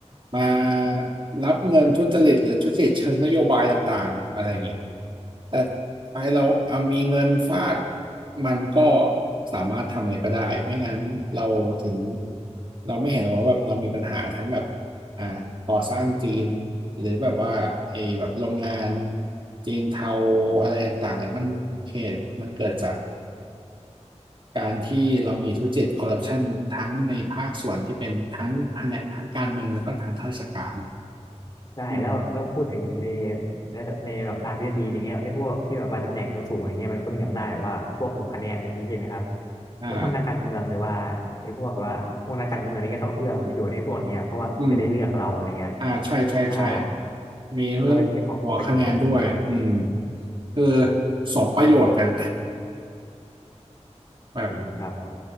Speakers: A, on the right; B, on the left.
A: มารับเงินทุจริตหรือทุจริตเชิงนโยบายต่างๆอะไรเงี้ยแต่ท้ายเราเอามีเงินฟาดมันก็สามารถทำอะไรก็ได้ไม่งั้นเราถึงเราไม่เห็นหรอกว่าแบบเรามีปัญหาทั้งแบบอ่าก่อสร้างจีนหรือแบบว่าไอ้แบบโรงงานจีนเทาอะไรต่างๆเนี่ยมันเหตุมันเกิดจาก การที่เรามีทุจริตคอร์รัปชันทั้งในภาคส่วนที่เป็นทั้งแผนกทั้งการเมืองแล้วก็ทางข้าราชการ
B: ใช่แล้วแล้วพูดถึงใน
A: อืม
B: ในแบบทางทฤษฎีอย่างเงี้ยไอ้พวกที่แบบว่าตำแหน่งสูงๆอย่างเงี้ยมันก็มีอำนาจแบบว่าพวกหัวคะแนนอย่างนี้ใช่ไหมครับ
A: อ่า
B: แล้วพวกนักการเมืองหรือว่าไอ้พวกว่าพวกนักการเมืองนี่ก็ต้องเอื้อผลประโยชน์ให้พวกเนี้ยเพราะว่าจะได้เลือกเราอะไรเงี้ย
A: อืมอ่าใช่ใช่ใช่
B: ใช่
A: มีเรื่องหัวคะแนนด้วยอืม
B: มันก็เป็นเรื่องของผลประโยชน์อะไรอย่างนี้ด้วย
A: คือสมประโยชน์กัน <laughs> แบบ
B: จริงครับ